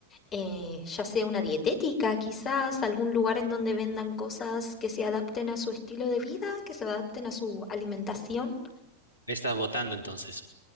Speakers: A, on the left; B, on the left.
A: eh, ya sea una dietética, quizás algún lugar en donde vendan cosas que se adapten a su estilo de vida, que se adapten a su alimentación.
B: Me estás botando entonces.